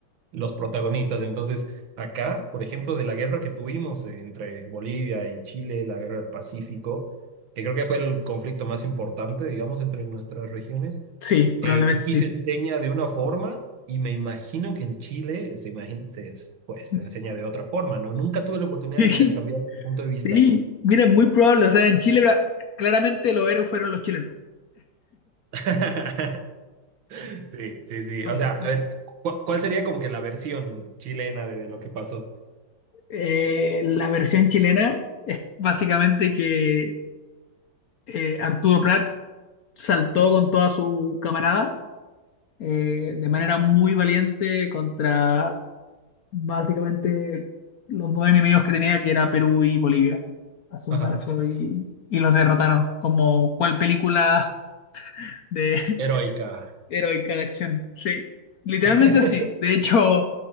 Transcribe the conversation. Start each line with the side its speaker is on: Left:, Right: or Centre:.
Right: los protagonistas. Entonces, acá, por ejemplo, de la guerra que tuvimos entre Bolivia y Chile, la guerra del Pacífico, que creo que fue el conflicto más importante, digamos, entre nuestras regiones,
Left: Sí, probablemente
Right: eh, aquí
Left: sí.
Right: se enseña de una forma y me imagino que en Chile se, imagina, se, es- pues,
Left: <laughs>
Right: se enseña de otra forma, ¿no? Nunca tuve la oportunidad
Left: Sí,
Right: de intercambiar este punto de vista.
Left: sí. Mira, es muy probable. O sea, en Chile bra- claramente los héroes fueron los chilenos.
Right: <laughs> Sí, sí, sí.
Left: Somos-
Right: O sea, a
Left: somos-
Right: ver, ¿cu- ¿cuál sería como que la versión chilena de, de lo que pasó?
Left: eh, la versión chilena es básicamente que eh, Arturo Prat saltó con toda su camarada eh, de manera muy valiente contra básicamente los dos enemigos que tenía, que era Perú y Bolivia, a su
Right: Ajá.
Left: barco y, y los derrotaron. Como cual película de <laughs>
Right: Heroica.
Left: heroica de acción. Sí, literalmente
Right: <laughs>
Left: así. De hecho,